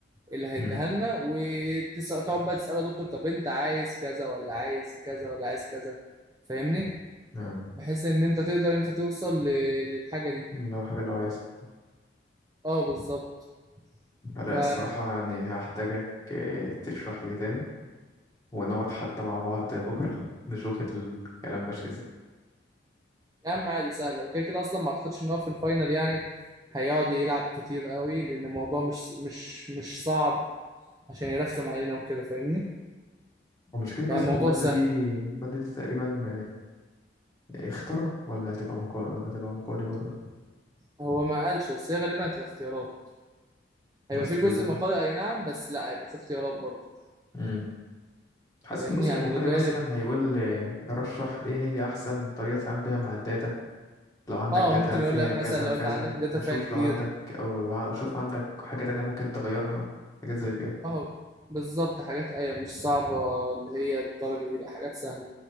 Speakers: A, on the right (about 20°); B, on the left (about 20°).
A: اللي هيديها
B: امم
A: لنا وتقعد بقى تسأله يا دكتور طب انت عايز كذا ولا عايز كذا ولا عايز كذا فاهمني
B: اه
A: بحيث ان انت تقدر ان انت توصل ل- للحاجة دي
B: لو حاجه لو عايز
A: اه بالظبط
B: لا
A: ف
B: الصراحه يعني هحتاجك آه، تشرح لي تاني ونقعد حتى مع بعض بكره <laughs> نشوف الكلام ماشي ازاي
A: يا عم عادي سهلة وكده كده اصلا ما اعتقدش ان هو في الفاينل يعني هيقعد يلعب كتير قوي لان الموضوع مش مش مش صعب عشان يرخم علينا وكده فاهمني
B: ومشكلتك
A: يعني
B: اصلا
A: الموضوع
B: الماده
A: سهل
B: دي الماده دي تقريبا آه، اختر ولا هتبقى مقالي ولا هتبقى مقالي برضه
A: هو ما قالش بس هي غالبا هتبقى اختيارات
B: بس
A: هيبقى في جزء
B: بزا
A: مقالي اي نعم بس لا هيبقى في اختيارات برضه
B: امم حاسس
A: فاهمني
B: ان الجزء
A: يعني
B: المقالي
A: الغالب
B: مثلا هيقول آه، رشح ايه هي احسن طريقه تتعامل بيها مع الداتا لو عندك
A: اه
B: داتا
A: ممكن
B: فيها
A: يقول لك
B: كذا
A: مثلا لو
B: وكذا
A: انت عندك الداتا
B: وشوف
A: فيها كتير
B: لو عندك أو شوف عندك حاجة تانية ممكن تغيرها حاجات زي كده
A: اه بالظبط حاجات ايوه مش صعبة اللي هي الدرجة دي لا حاجات سهلة